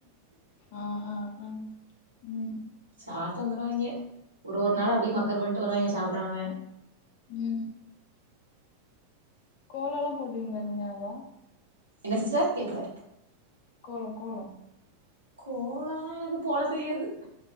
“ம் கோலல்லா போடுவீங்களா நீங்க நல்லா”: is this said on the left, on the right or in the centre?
Left